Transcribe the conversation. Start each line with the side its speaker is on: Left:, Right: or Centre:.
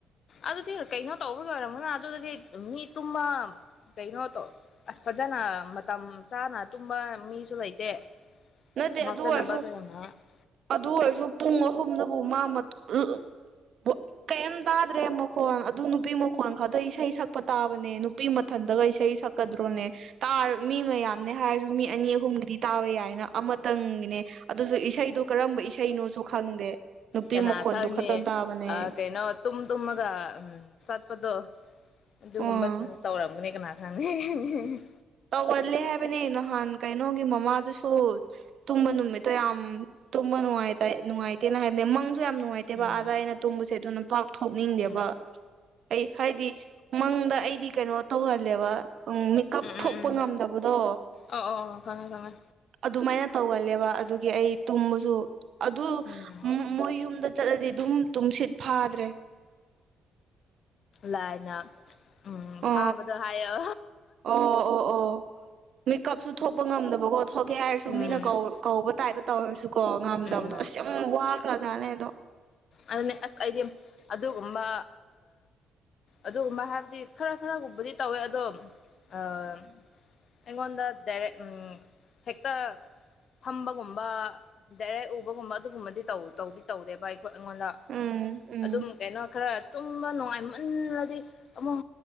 Left: ꯑꯗꯨꯗꯤ ꯀꯩꯅꯣ ꯇꯧꯕꯒꯤ ꯑꯣꯏꯔꯝꯃꯅ ꯑꯗꯨꯗꯗꯤ ꯃꯤ ꯇꯨꯝꯃ ꯀꯩꯅꯣꯇꯣ ꯑꯁ ꯐꯖꯅ ꯃꯇꯝ ꯆꯥꯅ ꯇꯨꯝꯕ ꯃꯤꯁꯨ ꯂꯩꯇꯦ <unintelligible>
Right: ꯅꯠꯇꯦ ꯑꯗꯨ ꯑꯣꯏꯔꯁꯨ ꯑꯗꯨ ꯑꯣꯏꯔꯁꯨ ꯄꯨꯡ ꯑꯍꯨꯝꯗꯕꯨ ꯃꯥ <unintelligible> ꯀꯩꯝ ꯇꯥꯗ꯭ꯔꯦ ꯃꯈꯣꯟ ꯑꯗꯨ ꯅꯨꯄꯤ ꯃꯈꯣꯟꯜ ꯈꯛꯇ ꯏꯁꯩ ꯁꯛꯄ ꯇꯥꯕꯅꯦ ꯅꯨꯄꯤ ꯃꯊꯟꯗꯒ ꯏꯁꯩ ꯁꯛꯄ ꯀꯗ꯭ꯔꯣꯅꯦ ꯃꯤ ꯃꯌꯥꯝꯅꯦ ꯍꯥꯏꯔꯁꯨ ꯃꯤ ꯑꯅꯤ ꯑꯍꯨꯝꯒꯤꯗꯤ ꯇꯥꯕ ꯌꯥꯏꯅ ꯑꯃꯇꯪꯅꯦ ꯑꯗꯨꯁꯨ ꯏꯁꯩꯗꯣ ꯀꯔꯝꯕ ꯏꯁꯩꯅꯣꯁꯨ ꯈꯪꯗꯦ ꯅꯨꯄꯤ
Left: ꯀꯅꯥ
Right: ꯃꯈꯣꯟꯗꯨ
Left: ꯈꯪꯅꯤ
Right: ꯈꯛꯇꯪ ꯇꯥꯕꯅꯦ
Left: ꯑ ꯀꯩꯅꯣ ꯇꯨꯝ ꯇꯨꯝꯃꯒ ꯆꯠꯄꯗꯣ ꯑꯗꯨꯒꯨꯝꯕ
Right: ꯑꯣ
Left: ꯇꯧꯔꯝꯒꯅꯤ ꯀꯅꯥ <unintelligible>
Right: ꯇꯧꯒꯜꯂꯦ ꯍꯥꯏꯕꯅꯦ ꯅꯍꯥꯟ ꯀꯩꯅꯣꯒꯤ ꯃꯃꯥꯗꯨꯁꯨ ꯇꯨꯝꯕ ꯅꯨꯃꯤ ꯌꯥꯝ ꯇꯨꯝ ꯅꯨꯡꯉꯥꯏꯇ ꯅꯨꯡꯉꯥꯏꯇꯦꯅ ꯍꯥꯏꯅꯦ ꯃꯪ ꯌꯥꯝ ꯅꯨꯡꯉꯥꯏꯇꯦꯕ
Left: ꯎꯝ
Right: ꯑꯥꯗ ꯑꯩꯅ ꯇꯨꯝꯕꯁꯦ ꯑꯗꯨꯅ ꯄꯥꯛꯊꯣꯛꯅꯤꯡꯗꯦꯕ
Left: ꯎꯝ
Right: ꯑꯩ ꯍꯥꯏꯗꯤ ꯃꯪꯗ ꯑꯩꯗꯤ ꯀꯩꯅꯣ ꯇꯧꯍꯜꯂꯦꯕ ꯎ ꯃꯤ
Left: ꯎꯝ
Right: ꯊꯣꯛꯄ
Left: ꯎꯝ
Right: ꯉꯝꯗꯕꯗꯣ
Left: ꯑꯣ ꯑꯣ ꯑꯣ ꯈꯪꯉꯦ ꯈꯪꯉꯦ
Right: ꯑꯗꯨꯃꯥꯏꯅ ꯇꯧꯒꯜꯂꯦꯕ ꯑꯗꯨꯒꯤ ꯑꯩ ꯇꯨꯝꯃꯁꯨ ꯑꯗꯨ
Left: ꯎꯝ
Right: ꯃꯣꯏ ꯌꯨꯝꯗ ꯆꯠꯂꯗꯤ ꯑꯗꯨꯝ ꯇꯨꯝꯁꯤꯠ ꯐꯥꯗ꯭ꯔꯦ
Left: ꯂꯥꯏꯅ ꯎꯝ
Right: ꯑ
Left: ꯐꯥꯕꯗꯣ ꯍꯥꯏꯌꯣ
Right: ꯑꯣ ꯑꯣ ꯑꯣ ꯃꯦꯀꯞꯁꯨ ꯊꯣꯛꯄ ꯉꯝꯗꯕꯀꯣ ꯊꯣꯛꯀꯦ ꯍꯥꯏꯔꯁꯨ
Left: ꯎꯝ
Right: ꯃꯤꯅ ꯀꯧ ꯀꯧꯕ ꯇꯥꯏꯗ ꯇꯧꯔꯁꯨꯀꯣ ꯉꯝꯗꯕꯗꯣ
Left: ꯎꯝ
Right: ꯑꯁ ꯌꯥꯝ ꯋꯥꯈ꯭ꯔꯖꯥꯠꯅꯦ ꯑꯗꯣ
Left: ꯑꯗꯨꯅꯦ ꯑꯁ ꯑꯩꯗꯤ ꯑꯗꯨꯒꯨꯝꯕ ꯑꯗꯨꯒꯨꯝꯕ ꯍꯥꯏꯕꯗꯤ ꯈꯔ ꯈꯔꯒꯨꯝꯕꯗꯤ ꯇꯧꯋꯦ ꯑꯗꯣ ꯑꯝ ꯑꯩꯉꯣꯟꯗ ꯗꯔꯦꯛ ꯎꯝ ꯍꯦꯛꯇ ꯐꯝꯕꯒꯨꯝꯕ ꯗꯥꯏꯔꯦꯛ ꯎꯕꯒꯨꯝꯕ ꯑꯗꯨꯒꯨꯝꯕꯗꯤ ꯇꯧꯗꯤ ꯇꯧꯗꯦꯕ ꯑꯩ ꯑꯩꯉꯣꯟꯗ
Right: ꯎꯝ ꯎꯝ
Left: ꯑꯗꯨꯝ ꯀꯩꯅꯣ ꯈꯔ ꯇꯨꯝꯕ ꯅꯨꯡꯉꯥꯏ ꯃꯨꯟꯅꯗꯤ ꯑꯃꯨꯛ